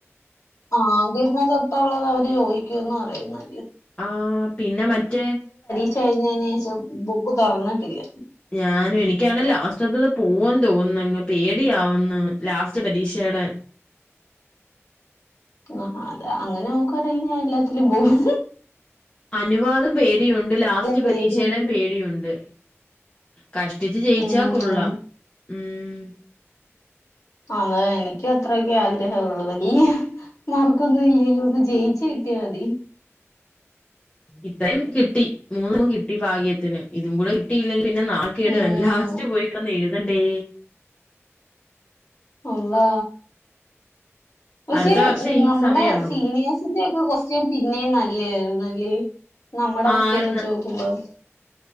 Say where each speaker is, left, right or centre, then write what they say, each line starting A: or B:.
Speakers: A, on the left; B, on the left.
A: ആദ്യമേ തൊട്ടള്ളത് അവര് ചോദിക്കുംന്ന് പറയുന്നെ
B: ആ പിന്നെ മറ്റേ
A: ക്ഷ കഴിഞ്ഞേനേഷം ബുക്ക് തുറന്നിട്ടില്ല
B: ഞാനും എനിക്കാണ് ലാസ്റ്റത്തത് പോവൻ തോന്നുന്നങ്ങ് പേടിയാവുന്നു ലാസ്റ്റ് പരീക്ഷേടെ
A: ആ അത അങ്ങനെ നോക്കവാടങ്കിൽ ഞാൻ എല്ലാത്തിലും പോവും
B: അനുവാദം പേടിയുണ്ട് ലാസ്റ്റ്
A: പേടിയുണ്ട്
B: പരീക്ഷയുടെയും പേടിയുണ്ട് കഷ്ടിച്ചു ജയിച്ചാ
A: ഉം
B: കൊള്ളാം ഉം
A: അതെ എനിക്കും അത്രൊക്കെ ആ ഗ്രഹുള്ളു വലിയ മാർക്കൊന്നും ഇല്ലേലും ഒന്ന് ജയിച്ചു കിട്ടിയാൽ മതി
B: ഇത്രയും കിട്ടി മൂന്നും കിട്ടി ഭാഗ്യത്തിന് ഇതും കൂടെ കിട്ടിയില്ലെങ്കിൽ പിന്നെ നാ കേട്
A: ഉം
B: ലാസ്റ്റ് പോയിക്കടന്ന് എഴുതണ്ടേ
A: അള്ളാ പക്ഷെ
B: അടുത്ത വർഷം ഈ
A: നമ്മുടെ
B: സമയമാകും
A: സീനിയേഴ്സിന്റെ കൊസ്റ്റ്യൻ പിന്നേം നല്ലയായിരുന്നു അല്ലെ നമ്മുടെ കൊസ്റ്റ്യൻ
B: ആരുന്ന്
A: വെച്ച് നോക്കുമ്പോം